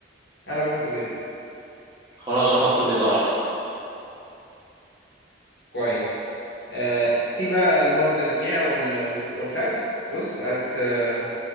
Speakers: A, on the left; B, on the right.
A: انا بحط بيض
B: خلاص احط بيضة واحدة
A: كويس آه في بقى اللي هو تجميع وال- والخ- والخبز بص هت آه،